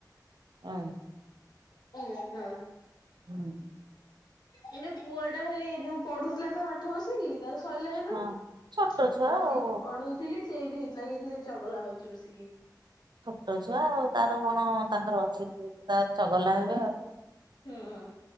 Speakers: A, on the right; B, on the left.
A: ହଁ।
B: ହଁ ହଁ।
A: ହୁଁ।
B: ଏଇନେ ପୁଅଟା ହେଲେ ଯୋଉ ପଢୁଥିଲା ତ ପାଠ ବସିକି ତାର ସଇଲା ଏଇନୁ,
A: ହଁ। ଛୋଟ
B: ତାକୁ
A: ଛୁଆ ଆଉ
B: ଟିକେ ପଢଉଥିଲି ସେଇଠି ହେଇଥିଲା କେନ୍ତି ଚଗଲା ହଉଛି ବସିକି।
A: ଛୋଟଛୁଆ ଆଉ ତାର କଣ ତାଙ୍କର ଅଛି ସିଏ ତାର ଚଗଲା ହେବେ ଆଉ।
B: ହଁ